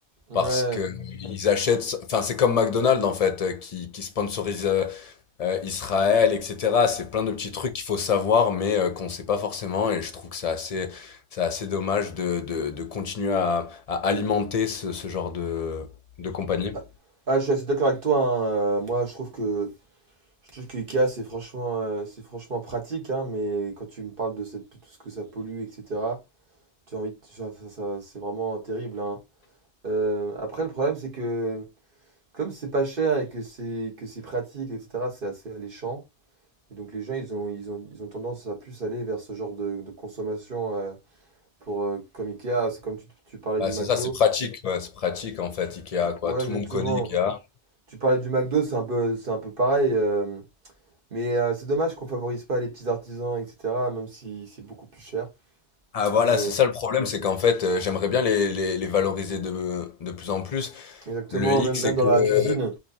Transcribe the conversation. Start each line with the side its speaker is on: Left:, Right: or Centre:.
Right: ouais.
Left: parce que ils achètent enfin, c'est comme McDonald's, en fait, heu, qui qui sponsorise, heu heu, Israël et cetera. C'est plein de petits trucs qu'il faut savoir, mais heu, qu'on sait pas forcément et je trouve que c'est assez c'est assez dommage de de de continuer à à alimenter ce ce genre de de compagnie.
Right: Ah, ah, je suis assez d'accord avec toi. hein. Euh, moi, je trouve que je trouve que Ikea, c'est franchement, euh, c'est franchement pratique, hein, mais quand tu me parles de, cette, de tout ce que ça pollue, etc., tu as envie de- ça, ça- ça- c'est vraiment terrible, hein. Euh, après, le problème, c'est que comme c'est pas cher et que c'est que c'est pratique, etc., c'est assez alléchant. Et donc les gens, ils ont, ils ont, ils ont tendance à plus aller vers ce genre de, de consommation. euh, pour euh, comme Ikea, c'est comme tu, tu parlais
Left: Bah,
Right: du McDo.
Left: c'est ça, c'est pratique, ouais, c'est pratique, en fait,
Right: Tu-
Left: IKEA, quoi.
Right: ouais,
Left: Tout
Right: exactement.
Left: le monde connaît IKEA.
Right: Tu parlais du McDo, c'est un peu, c'est un peu pareil. euh, mais euh, c'est dommage qu'on favorise pas les petits artisans, etc. Même si c'est beaucoup plus cher.
Left: Ah, voilà,
Right: Mais
Left: c'est ça le problème, c'est qu'en fait, heu, j'aimerais bien les les les valoriser de de plus en plus.
Right: exactement,
Left: Le hic,
Right: même,
Left: c'est
Right: même dans
Left: que
Right: la cuisine,